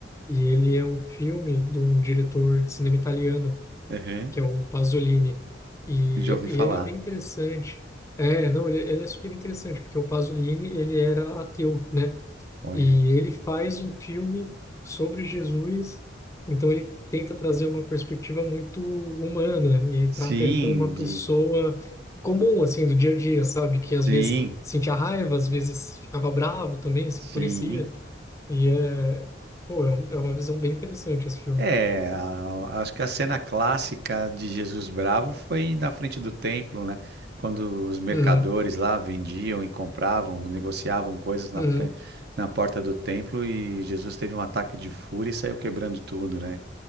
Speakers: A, on the left; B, on the right.
A: E ele é um filme de um diretor de cinema italiano
B: uhum,
A: que é o Pasolini. E,
B: já ouvi
A: e
B: falar,
A: ele é bem interessante. É, não, ele, ele é super interessante, porque o Pasolini, ele era ateu, né?
B: olha.
A: E ele faz um filme sobre Jesus, então ele tenta trazer uma perspectiva muito humana e
B: Sim,
A: trata ele como uma
B: de,
A: pessoa comum, assim, do dia a dia, sabe? Que às
B: sim,
A: vezes sentia raiva, às vezes ficava bravo também, se
B: sim.
A: enfurecia. E é, pô, é, um- é uma visão bem interessante esse filme.
B: É, a- acho que a cena clássica de Jesus Bravo foi na frente do templo, né? Quando os mercadores
A: Uhum,
B: lá vendiam e compravam, negociavam coisas na,
A: uhum,
B: fre- na porta do templo e Jesus teve um ataque de fúria e saiu quebrando tudo, né?